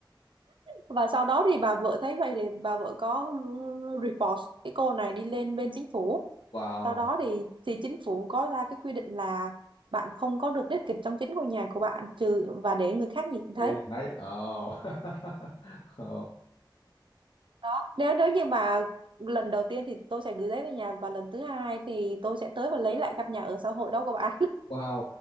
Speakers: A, on the right; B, on the left.
A: và sau đó thì bà vợ thấy vậy thì bà vợ có report cái cô này đi lên bên chính phủ
B: wow
A: sau đó thì thì chính phủ có ra cái quy định là bạn không có được đích kịch trong chính ngôi nhà của bạn trừ và để người khác nhìn
B: cái
A: thấy
B: nhìn thấy ờ <laughs> Ờ.
A: đó nếu nếu như mà lần đầu tiên thì tôi sẽ gửi giấy về nhà và lần thứ hai thì tôi sẽ tới và lấy lại căn nhà ở xã hội đó của bạn
B: wow